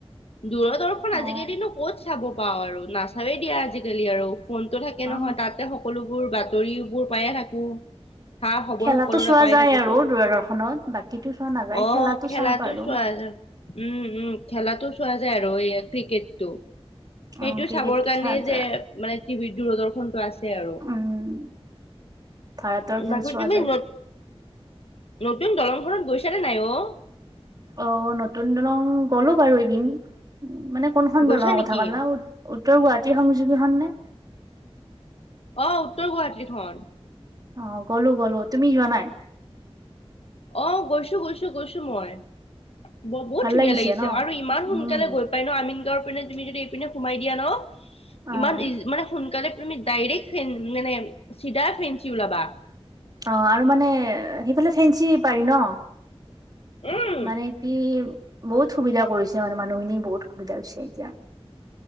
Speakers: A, on the left; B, on the right.
A: দূৰদৰ্শন আজিকালিনো
B: অ
A: ক'ত চাব পাওঁ আৰু নাচাবেই দিয়া আজিকালি আৰু। ফোনটো থাকে
B: অ
A: নহয়, তাতে সকলোবোৰ বাতৰিবোৰ পায়ে থাকো। সা খবৰ
B: খেলাটো
A: সকলোৰে
B: চোৱা
A: পাই
B: যায়
A: থাকো
B: আৰু
A: গৈ।
B: দূৰদৰ্শনত বাকীতো চোৱা নাযায়
A: অ খেলাটো
B: চাওঁ বাৰু
A: চোৱা যায় উম উম খেলাটো চোৱা যায় আৰু। ক্ৰিকেটটো। সেইটো
B: অ ক্ৰিকেট
A: চাবৰ কাৰণেই
B: খেলা যায়
A: যে মানে টিভিৰ দূৰদৰ্শনটো আছে আৰু।
B: উম ভাৰতৰ খেল
A: বখৰ
B: চোৱা
A: তুমি
B: যায়
A: নত নতুন দলংখনত গৈছানে নাই অ।
B: অ, নতুন দলং গলো বাৰু এদিন। মানে কোনখন
A: গৈছা
B: দলংৰ
A: নেকি?
B: কথা ক'লা উ উত্তৰ গুৱাহাটীৰ সংযোগীখন নে।
A: আহ উত্তৰ গুৱাহাটীখন।
B: অ গ'লো গলো। তুমি যোৱা নাই?
A: আহ গৈছো গৈছো গৈছো মই। বহুত
B: ভাল
A: ধুনীয়া লাগিছে
B: ন?
A: আৰু ইমান সোনকালে
B: উম,
A: গৈ পাই ন আমি পিনে তুমি যদি এইপিনে সোমাই দিয়া ন,
B: অ'
A: ইমান ই মানে সোনকালে তুমি ডাইৰেকট ফেন মানে চিধা ফেনচি ওলাবা।
B: অ আৰু মানে সেইফালে ফেঞ্চি পাৰি ন।
A: উম
B: মানে কি বহুত সুবিধা কৰিছে মানে মানুহখিনি বহুত সুবিধা হৈছে এতিয়া।